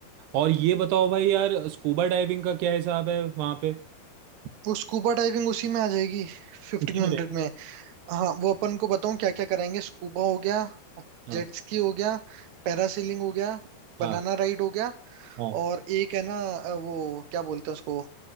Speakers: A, on the right; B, on the right.
A: और ये बताओ भाई यार स्कूबा डाइविंग का क्या हिसाब है वहां पे
B: वो स्कूबा डाइविंग उसी में आ जाएगी फिफ्टीन
A: उसी में
B: हंड्रेड
A: रहे
B: में हाँ वो अपन को बताऊं क्या क्या कराएंगे स्कूबा हो गया
A: हाँ
B: जेट स्की हो गया पैरासीलिंग हो गया
A: हाँ
B: बनाना राइड हो गया
A: हाँ
B: और एक है ना अ, वो क्या बोलते हैं उसको